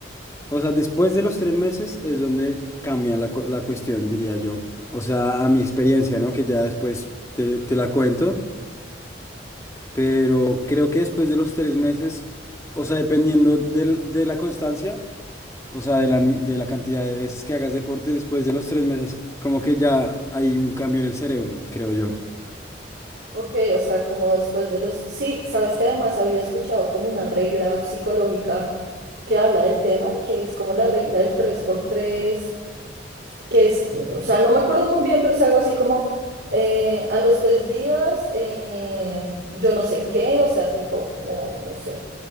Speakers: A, on the left; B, on the right.
A: O sea, después de los tres meses es donde cambia la, cu- la cuestión, diría yo. O sea, a mi experiencia, ¿no? Que ya después te, te la cuento. pero creo que después de los tres meses, o sea, dependiendo del- de la constancia, o sea, de la, ni- de la cantidad de veces que hagas deporte, después de los tres meses, como que ya hay un cambio en el cerebro, creo yo.
B: Ok, o sea, como después de los... Sí, sabes que además había escuchado como una regla psicológica que habla del tema, que es como la regla del tres por tres, que es, mm, o sea, no me acuerdo muy bien, pero es algo así como eh, a los tres días, eh, yo no sé qué, o sea, tipo, como, no sé.